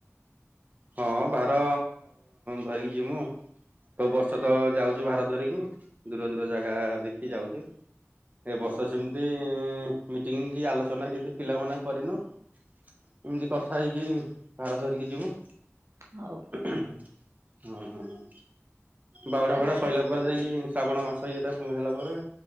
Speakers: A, on the right (about 35°); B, on the right (about 75°).
A: ହଁ ଭାର ଧରିକି ଯିମୁ। ସବୁ ବର୍ଷ ତ ଯାଉଚୁ ଭାର ଧରିକି ଦୂର ଦୂର ଜାଗା ଦେଖିକି ଯାଉଚୁ। ଏ ବର୍ଷ ସେମିତି ମିଟିଂ କି ଆଲୋଚନା କିଛି ପିଲାମାନେ କରିନୁ ଏମିତି କଥା ହେଇକି ଭାର ଧରିକି ଯିମୁ।
B: ହଉ।
A: ଉଁ ହୁଁ ବାଉଡା
B: ଆଉ
A: ଫାଉଡା
B: ଗାଡ
A: ସଇଲା ତାପରେ ଯାଇକି ଶ୍ରାବଣ ମାସ ଇଏଟା ପୁଣି ହେଲା ପରେ